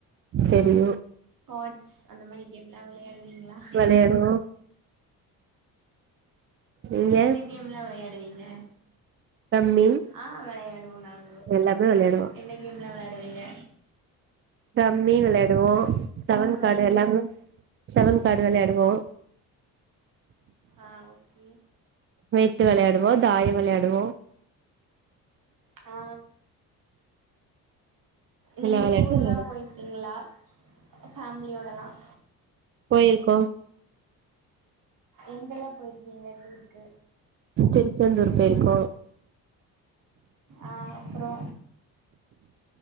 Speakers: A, on the right; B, on the right.
A: தெரியும்
B: கார்ட்ஸ் அந்த மாரி கேம் லா வெளயாடுவீங்ளா
A: வெளையாடுவோ நீங்க
B: என்ன கேம்லாம் வெளயாடுவீங்க
A: ரம்மி
B: ஆஹ் வெளயாடுவோ நாங்களு
A: எல்லாமே
B: நீங்க
A: வெளையாடுவோ
B: என்னைக் கேம்லா வெளயாடுவீங்க
A: ரம்மி வெளயாடுவோ செவன்
B: மாரி
A: கார்ட
B: கேம்ஸ்
A: எல்லாமே செவன் கார்டு வெளயாடுவோ
B: ஆ ஓகே
A: வெட்டு வெளயாடுவோ தாயம் வெளயாடுவோ
B: ஆ நீங்க
A: எல்லா வெளையாட்டு
B: டூர்லா
A: வெளையாடுவோ
B: போயிற்கீங்ளா ஃபேமிலியோடலாம்
A: போயிருக்கோ
B: எங்கல்லா போயிருக் நீங்க டுருக்கு
A: திருச்செந்தூர் போயிருக்கோ
B: அஹ் அப்றோ